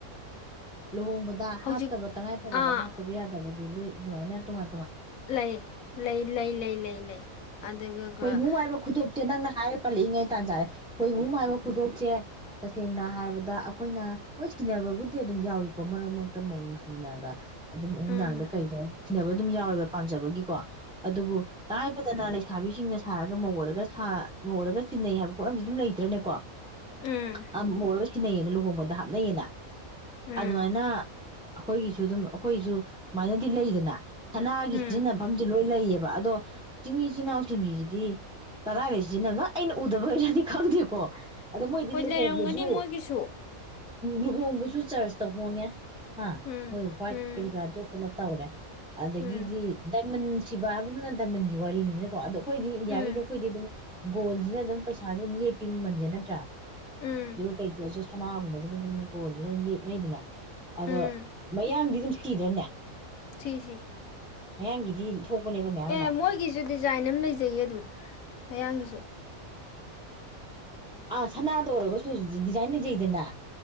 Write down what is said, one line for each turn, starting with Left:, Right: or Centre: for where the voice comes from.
Centre: ꯂꯨꯍꯣꯡꯕꯗ
Left: ꯍꯧꯖꯤꯛ
Centre: ꯍꯥꯞꯇꯕ ꯇꯉꯥꯏꯐꯗꯕ
Left: ꯑꯥ
Centre: ꯍꯥꯞꯇꯕ ꯌꯥꯗꯕꯗꯨ ꯂꯨꯏ ꯑꯗꯨꯃꯥꯏꯅ ꯇꯣꯉ
Left: ꯂꯩ ꯂꯩ ꯂꯩ ꯂꯩ ꯂꯩ ꯂꯩ ꯑꯗꯨꯒ
Centre: ꯍꯈꯣꯏ ꯃꯨ
Left: ꯑꯗꯨ
Centre: ꯍꯥꯏꯕ ꯈꯨꯗꯣꯞꯁꯦ ꯅꯪꯅ ꯍꯥꯏꯔꯦ ꯄꯜꯂꯛꯏꯉꯩꯗ ꯖꯥꯏ ꯑꯩꯈꯣꯏꯕꯨ ꯃꯥꯏꯕ ꯈꯨꯗꯣꯞꯁꯦ ꯇꯁꯦꯡꯅ ꯍꯥꯏꯔꯕꯗ ꯑꯩꯈꯣꯏꯅ ꯍꯣꯏ ꯁꯤꯟꯅꯅꯕꯕꯨꯗꯤ ꯑꯗꯨꯝ ꯌꯥꯎꯏꯀꯣ ꯃꯔꯛ ꯃꯔꯛꯇ ꯃꯑꯣꯡ ꯆꯁꯤꯡꯅꯒ ꯑꯗꯨꯝ ꯅꯨꯡꯗꯥꯡꯗ
Left: ꯎꯝ
Centre: ꯀꯩꯗ ꯊꯤꯅꯕ ꯑꯗꯨꯝ ꯌꯥꯎꯋꯦꯕ ꯄꯥꯝꯖꯕꯒꯤꯀꯣ ꯑꯗꯨꯕꯨ ꯇꯥꯏꯕꯗꯅ ꯂꯩ ꯊꯥꯕꯤꯁꯤꯡꯅ ꯁꯥꯔꯒ ꯃꯧꯔꯒ ꯁꯥ ꯃꯧꯔꯒ ꯆꯤꯟꯅꯩ ꯍꯥꯏꯕ ꯄꯣꯠꯂꯝꯁꯤ ꯑꯗꯨꯝ ꯂꯩꯇ꯭ꯔꯅꯦꯀꯣ
Left: ꯎꯝ ꯎꯝ
Centre: ꯑꯝ ꯍꯔ ꯁꯤꯤꯅꯩꯌꯦꯅ ꯂꯨꯍꯣꯡꯕꯗ ꯍꯥꯞꯅꯩꯌꯦꯅ
Left: ꯎꯝ
Centre: ꯑꯗꯨꯗ ꯋꯥꯅ ꯑꯩꯈꯣꯏꯒꯤꯁꯨ ꯑꯗꯨꯝ ꯑꯩꯈꯣꯏꯁꯨ ꯁꯨꯃꯥꯏꯅꯗꯤ ꯂꯩꯗꯅ ꯁꯅꯥꯒꯤ
Left: ꯎꯝ
Centre: ꯁꯤꯖꯤꯟꯅꯐꯝꯁꯨ ꯂꯣꯏ ꯂꯩꯌꯦꯕ ꯑꯗꯣ ꯇꯃꯤ ꯏꯁꯤꯅ ꯂꯇ꯭ꯉꯁꯤꯗꯤ ꯀꯗꯥꯏꯗ ꯁꯤꯖꯤꯟꯅꯕꯅꯣ ꯑꯩꯅ ꯎꯗꯕꯔꯗꯤ ꯈꯪꯗꯦꯀꯣ ꯑꯗ ꯃꯣꯏꯗꯤ
Left: ꯍꯣꯏ
Centre: ꯂꯨꯍꯣꯡꯕꯁꯨ
Left: ꯂꯩꯔꯝꯒꯅꯤ ꯃꯣꯏꯒꯤꯁꯨ
Centre: ꯭ꯂ ꯍꯣꯡꯕꯁꯨ ꯆꯔꯆꯇ ꯍꯣꯡꯉꯦ ꯍꯥ
Left: ꯎꯝ
Centre: ꯍꯣꯏ ꯍ꯭ꯋꯥꯏꯠ
Left: ꯎꯝ
Centre: ꯀꯔꯤ ꯀꯔꯥ ꯗ꯭ꯔꯦꯁꯇꯨꯅ ꯇꯧꯔꯦ <unintelligible> ꯑꯗꯒꯤꯗꯤ
Left: ꯎꯝ
Centre: ꯗꯗꯥꯏꯃꯟꯁ ꯕ ꯍꯥꯏꯕ ꯅꯟꯗꯥꯏꯃꯟꯒꯤ ꯋꯥꯔꯤꯅꯤꯅ ꯄꯥꯗꯣꯛ ꯑꯩꯈꯣꯏꯗꯤ ꯏꯟꯗꯤꯌꯥꯒꯤꯗꯤ
Left: ꯎꯝ
Centre: ꯑꯩꯈꯣꯏꯗꯤ ꯑꯗꯨꯝ ꯒꯣꯜ ꯁꯤꯅ ꯑꯗꯨꯝ ꯄꯩꯁꯥꯁꯦ ꯑꯗꯨꯝ ꯂꯦꯞꯄꯤ ꯃꯃꯜꯁꯦ ꯅꯠꯇ꯭ꯔꯥ
Left: ꯎꯝ
Centre: ꯀꯩ ꯀꯣꯁ ꯁꯅꯥꯒꯨꯝꯕꯁꯤꯅ ꯑꯗꯨꯝ ꯀꯣꯟꯁꯤꯅ ꯂꯤꯠꯅꯩꯗꯅ ꯑꯗꯣ
Left: ꯎꯝ
Centre: ꯃꯌꯥꯡꯗꯤ ꯑꯗꯨꯝ ꯆꯤꯗ꯭ꯔꯅꯦ
Left: ꯁꯤ ꯁꯤ
Centre: ꯃꯌꯥꯡꯒꯤꯗꯤ ꯊꯣꯛꯄꯅꯦꯕ ꯃꯌꯥꯝ
Left: ꯑꯦ
Centre: ꯑꯃ
Left: ꯃꯣꯏꯒꯤꯁꯨ ꯗꯤꯖꯥꯏꯟ ꯑꯃ ꯂꯩꯖꯩꯌꯦ ꯑꯗꯨꯝ ꯃꯌꯥꯡꯒꯤꯁꯨ
Centre: ꯑꯥ ꯁꯅꯥꯗ ꯑꯣꯏꯔꯒꯁꯨ ꯗꯤꯖꯥꯏꯟ ꯂꯩꯖꯩꯗꯅ